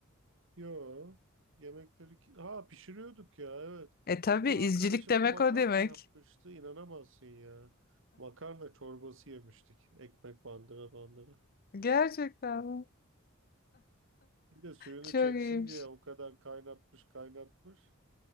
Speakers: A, on the right; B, on the left.
A: Yo, yemekleri ki... Ha pişiriyorduk ya evet.
B: E tabii
A: Bir
B: izcilik
A: arkadaşım
B: demek
A: bir makarna
B: o demek.
A: yapmıştı inanamazsın ya. Makarna çorbası yemiştik. Ekmek bandıra bandıra.
B: Gerçekten mi?
A: Bir de suyunu
B: Çok
A: çeksin
B: iyiymiş.
A: diye o kadar kaynatmış kaynatmış.